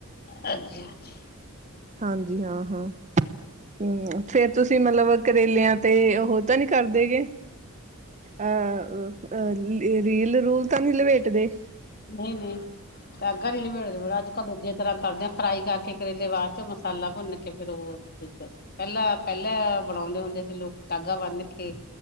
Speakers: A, on the left; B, on the right.
A: ਹਾਂਜੀ ਹਾਂਜੀ
B: ਹਾਂਜੀ ਹਾਂ ਹਾਂ ਹਮ ਫੇਰ ਤੁਸੀਂ ਮਤਲਬ ਕਰੇਲਿਆਂ ਤੇ ਉਹ ਤਾਂ ਨਹੀਂੀ ਕਰਦੇ ਗ ਅਹ ਅਹ ਰੀਲ ਰੂਲ ਤਾਂ ਨਹੀਂੀ ਲਪੇਟਦੇ
A: ਨਹੀਂ ਨਹੀਂ ਤਾਂ ਦਾਗਾਂ ਨੀ ਲਬੇੜਦੇੜਾ ਅੱਜ ਕੱਲ੍ਹ ਦੂਜੇ ਤਰ੍ਹਾਂ ਕਰਦੇ ਆ ਫਰਾਈ ਕਰਕੇ ਕਰੇਲੇ ਬਾਅਦ ਚੋਂ ਮਸਾਲਾ ਭੁੰਨ ਕੇ ਫਿਰ ੳਹ ਪਹਿਲਾਂ ਪਹਿਲਾਂ ਬਣਾਉਂਦੇ ਹੁੰਦੇ ਸੀ। ਲੋਕ ਦਾਗਾ ਬੰਨ ਕੇ